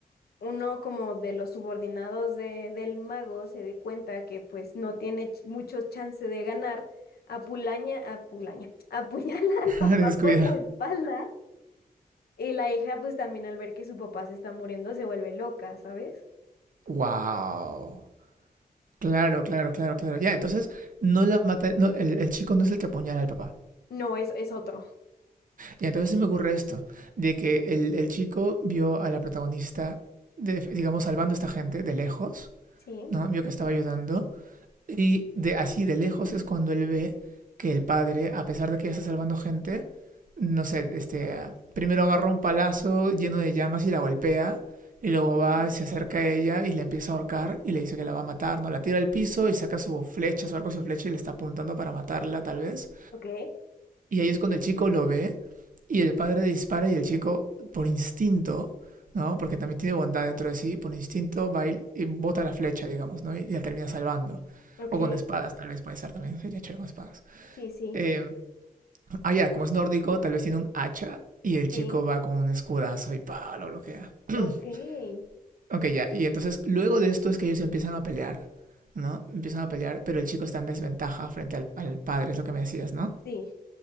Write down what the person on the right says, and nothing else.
<laughs>
Descuida.
Wow. Claro, claro, claro, claro. Ya, entonces no la mata, no, el, el chico no es el que apuñala al papá.
Y entonces se me ocurre esto, de que el, el chico vio a la protagonista, de- digamos, salvando a esta gente de lejos,
¿no? Vio que estaba ayudando. Y de así de lejos es cuando él ve que el padre, a pesar de que ya está salvando gente, no sé, este, ah, primero agarra un palazo lleno de llamas y la golpea. Y luego va,
se acerca a ella y la empieza a ahorcar y le dice que la va a matar, ¿no? La tira al piso y saca su flecha, su arco y su flecha y le está apuntando para matarla, tal vez.
Y ahí es cuando el chico lo ve y el padre dispara y el chico, por instinto, ¿no? Porque también tiene bondad dentro de sí, por instinto va y y bota la flecha, digamos, ¿no? Y y la termina salvando.
O con espadas, tal vez puede ser también, sería chévere con espadas.
Eh, ah, ya, como es nórdico, tal vez tiene un hacha y el chico
va con un escudazo y pa, lo bloquea. <clears throat>
ok, ya, y entonces luego de esto es que ellos empiezan a pelear, ¿no? Empiezan a pelear, pero el chico está en desventaja frente al, al padre, es lo que me decías, ¿no?